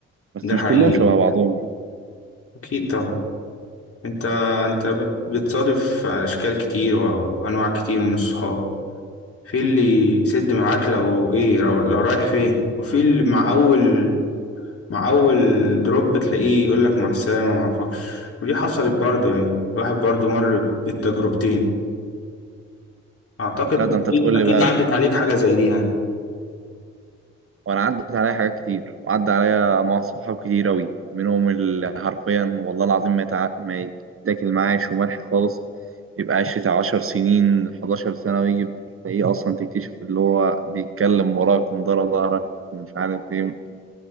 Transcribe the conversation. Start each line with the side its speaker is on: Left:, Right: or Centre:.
Right: بس
Left: ده
Right: مش
Left: حقيقي
Right: كلهم شبه بعضهم
Left: اكيد طبعا انت انت بت- بتصادف اشكال كتير وانواع كتير من الصحاب في اللي يسد معاك لو ايه لو, لو رايح فين وفي اللي مع اول مع اول دروب بتلاقيه يقولك مع السلامة معرفكش ودي حصلت برضو يعني الواحد برضو مر بالتجربتين اعتقد
Right: لا ده
Left: اكيد
Right: أنت تقول
Left: اكيد
Right: لي بقى
Left: عدت عليك حاجة زي دي يعني
Right: وانا عدت عليا حاجات كتير وعدى عليا مع صحاب كتير اوي منهم اللي حرفيا والله العظيم ما يتع... ما يتاكل معاه شو ملح خالص يبقى عشرة عشر سنين حداشر سنة ويجي تلاقيه أصلا تكتشف اللي هو بيتكلم وراك من ورا ظهرك ومش عارف ايه